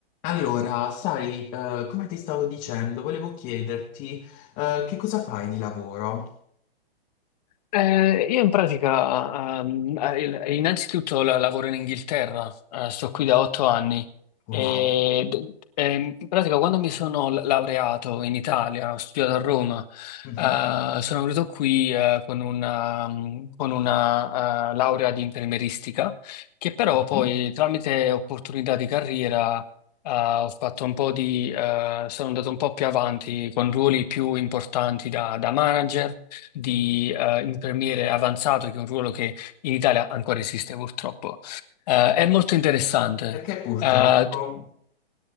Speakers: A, on the left (about 25°); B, on the left (about 40°).
A: Allora, sai, eh, come ti stavo dicendo, volevo chiederti, eh, che cosa fai di lavoro?
B: Eh, io in pratica, ehm, eh, innanzitutto la- lavoro in Inghilterra, eh, sto qui da otto anni
A: Wow.
B: e d- ehm, in pratica quando mi sono la- laureato in Italia, ho studiato a Roma,
A: Mhm,
B: eh, sono venuto qui eh, con una, mm, con una, eh, laurea di infermieristica che però
A: mhm.
B: poi tramite opportunità di carriera eh, ho fatto un po' di, eh, sono andato un po' più avanti con ruoli più importanti da da manager di eh, infermiere avanzato, che è un ruolo che in Italia ancora esiste purtroppo. Eh, è molto interessante,
A: Perché purtroppo...
B: eh,